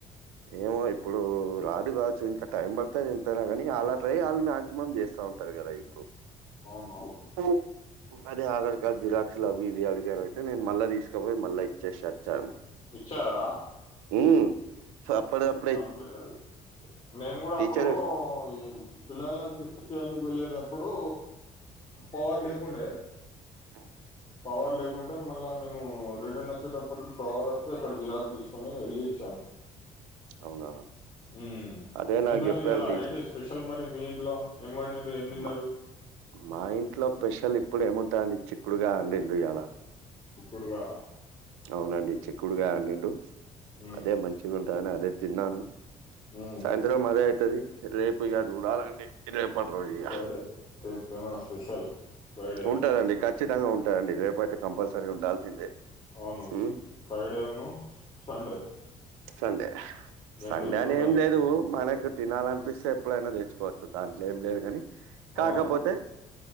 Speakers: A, on the right; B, on the left.
A: ఏమో ఇప్పుడు రాదు కావచ్చు ఇంకా టైం పడుతది ఎంతనా కాని అలా ట్రై వాళ్ళు మాక్సిమం చేస్తా ఉంటారు కదా ఇప్పుడు
B: అవునవును
A: ఒ అదే ఆధార్ కార్డు జిరాక్స్ లు అవి ఇవి అడిగారు అయితే నేను మళ్ళా తీసుకపోయి మల్లా ఇచ్చేసచ్చాను
B: ఇచ్చావా
A: ఉమ్ సొ అపడిదపుడు
B: కంప్లీట్ మేము కూడా
A: టీచర్
B: అప్పుడు ఏం పిల్లగాండ్లకు తీసుకొచ్చేందుకు వెళ్ళేటప్పుడు పవర్ లేకుండే
A: ఉమ్
B: పవర్ లేకుంటే మళ్ళా నేను రిటర్న్ వచ్చేటప్పటికి పవర్ వస్తే అక్కడ జిరాక్ తీసుకొని వెళ్ళి ఇచ్చాను
A: అవునా
B: ఊ
A: అదే నాకు
B: ఎంతంది
A: చెప్పారు
B: ఇయలా
A: టీచర్
B: ఏంటి స్పెషల్ మరి మీ ఇంట్లో ఏం వండిన్లు ఏం తిన్నరు
A: మా మా ఇంట్లో స్పెషల్ ఇప్పుడు ఏముంటదండీ చికుడుగాయ అండిన్లు ఇయాళ
B: చిక్కుడుగాయ
A: అవునండి చిక్కుడుగాయా అండింన్లు
B: హ్మ్.
A: అదే మంచిగా ఉంటదని అదే తిన్నాను
B: హ్మ్.
A: సాయంత్రం అదే అయితది రేపు ఇగ చూడాలండి రే పటి రోజు ఇగ
B: ఫ్రైడే రేపు ఏమైనా స్పెషల్ ఫ్రైడే అంటే
A: ఉంటదండి క ఖచ్చితంగా ఉంటారండి రేపుఅయితే కంపల్సరీ ఉండాల్సిందే
B: అవును
A: ఉమ్
B: ఫ్రైడే ను సండే
A: సండే
B: రెండు
A: సండే
B: రోజులు
A: అని
B: ఉండాలి
A: ఏం లేదు మనకు తినాలనిపిస్తే ఎప్పుడైనా తెచ్చుకోవచ్చు దాంట్ల ఏం లేదు గాని కాకపోతే
B: ఆ